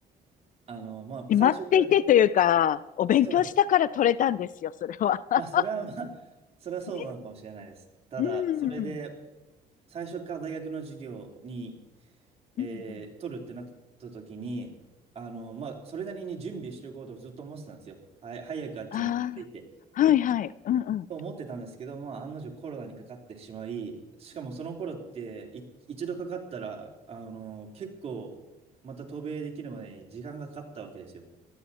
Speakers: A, on the right (about 35°); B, on the left (about 50°).
A: あの、まあ、
B: 決まっていてというか、
A: 最初から、
B: お勉強したから取れたんですよ、
A: そうです。
B: それは。<laughs>
A: まあ、それはまあ、<laughs> それはそうなのかもしれないです。
B: ね。
A: ただ、
B: うんうんうん。
A: それで、最初から大学の授業に、えー取るってなった時に、
B: うん
A: あの、まあ、それなりに準備しておこうとずっと思ってたんですよ。はい、早くあっちに着いて。
B: ああ、はいはい。うんうん。
A: と思ってたんですけど、まあ、案の定コロナにかかってしまい、しかもその頃ってい一度かかったら、あの、結構また渡米できるまでに時間がかかったわけですよ。